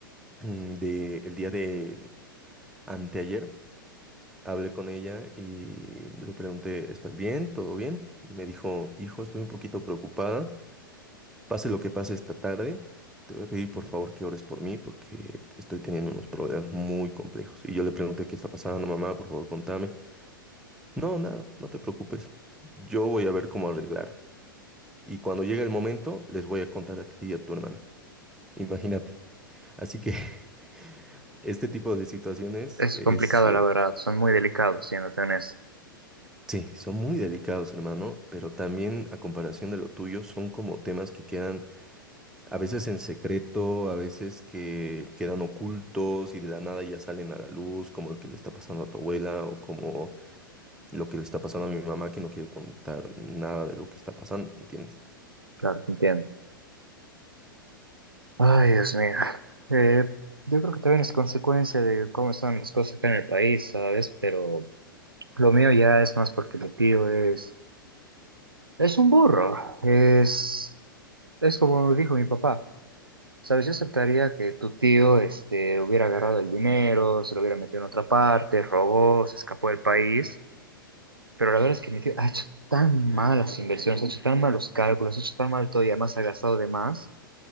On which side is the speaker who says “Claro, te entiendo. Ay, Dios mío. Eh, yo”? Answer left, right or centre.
Right